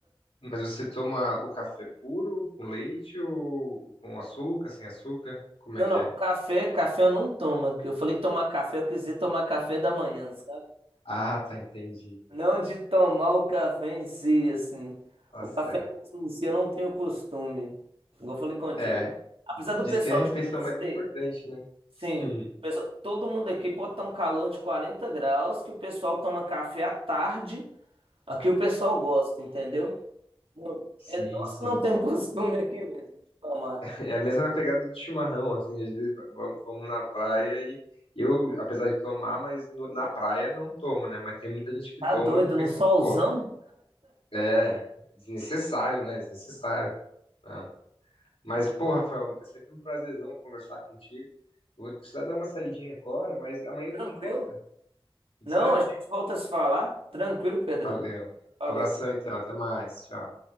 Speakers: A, on the left; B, on the right.
A: mas você toma o café puro com leite ou com açúcar, sem açúcar? Como
B: Não,
A: é que
B: não,
A: é?
B: café, café eu não tomo, que eu falei tomar café, eu quis dizer tomar café da manhã, sabe?
A: Ah, tá, entendi, entendi.
B: Não de tomar o café em si, assim.
A: Tá
B: O
A: certo.
B: café mesmo em si eu não tenho costume, igual eu falei contigo.
A: É,
B: Apesar do
A: diz
B: pessoal
A: que é a refeição
B: de Minas
A: mais
B: ter,
A: importante, né?
B: sim,
A: <laughs> Hum.
B: o pessoal- todo mundo aqui pode estar um calor de 40 graus, que o pessoal toma café à tarde, aqui o pessoal gosta, entendeu? Muito.
A: Sim,
B: É nós
A: sim.
B: que não temos <laughs> costume aqui mesmo de tomar.
A: É a mesma pegada do chimarrão, assim, às vezes va- va- vamos na praia e eu, apesar de tomar, mas no- na praia não tomo, né? Mas tem muita gente que
B: Tá
A: toma,
B: doido,
A: eu fico pensando,
B: num solzão?
A: pô, é desnecessário, né? Desnecessário. Não. Mas, pô, Rafael, é sempre um prazerzão conversar contigo. Eu vou precisar dar uma saidinha agora, mas amanhã
B: Tranquilo?
A: eu tô de volta. Pode
B: Não,
A: ser?
B: a gente volta a se falar. Tranquilo, Pedrão.
A: Valeu.
B: Falou.
A: Abração então, até mais. Tchau.